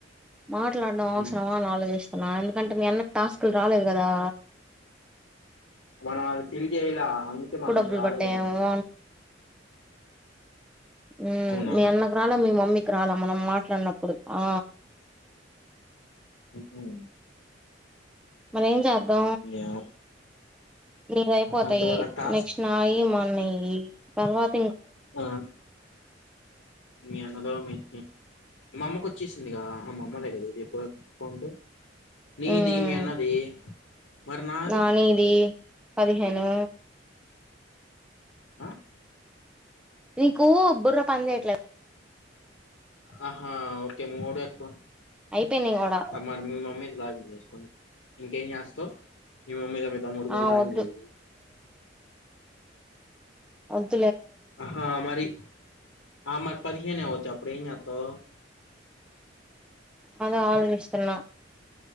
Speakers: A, in the centre; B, on the left.
A: మాట్లాడడం అవసరమా
B: ఉమ్
A: అని ఆలోచిస్ నా ఎందుకంటే మీ అన్నకి టాస్కులు రాలేదు గదా
B: మనం అది ఫిల్ చెయ్య్లా అందుకే మన
A: డబ్బులు
B: దాకా రాలేదేమో
A: పడ్డాయేమో మ్మ్
B: అవునా
A: మీ అన్నకు రాలా మీ మమ్మీ రాల మనం మాట్లాడినప్పుడు ఆ
B: ఉ ఊ
A: మన ఏం జ
B: ఏమో
A: నీవైపోతాయి
B: ఆహా, అయితే వాళ్ళ క్లాస్
A: నెక్స్ట్ నాయి మన్నయి తర్వాత్
B: ఆ మీ అన్నదో మీ మా అమ్మకు వచ్చేసిందిగా మా అమ్మ దగ్గర ఉంది ఇప్పుడు అకౌంట్ నీది
A: ఉమ్
B: మీ అన్నది మరి నాది
A: నానిది పదిహేను
B: ఆ
A: నీకు బుర్ర పనిచేయట్లే
B: ఆ హా ఓకే మూడెత్కొ
A: అయిపోయినాయి కూడా
B: అ మరి మీ మమ్మీకి <unintelligible> ఇంకేం చేస్తావ్ మీ మమ్మీతో మీ తమ్ముడుతో
A: ఆ
B: లాగిన్
A: వద్దు
B: జెయి
A: అది
B: అహా మరి ఆ మరి పదిహేనే పోతెప్ ఇప్పుడేం జాత్తావు
A: అద ఆలోచిస్తున్న